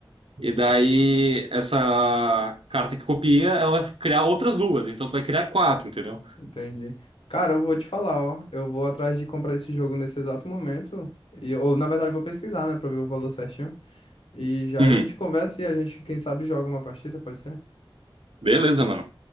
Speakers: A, on the right; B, on the left.
A: E daí, essa carta que copia, ela vai criar outras duas. Então tu vai criar quatro, entendeu?
B: Entendi. Cara, eu vou te falar, ó. Eu vou atrás de comprar esse jogo nesse exato momento. E, ou, na verdade, eu vou pesquisar, né, pra ver o valor certinho. E já
A: Uhum.
B: a gente conversa e a gente, quem sabe, joga uma partida, pode ser?
A: Beleza, mano.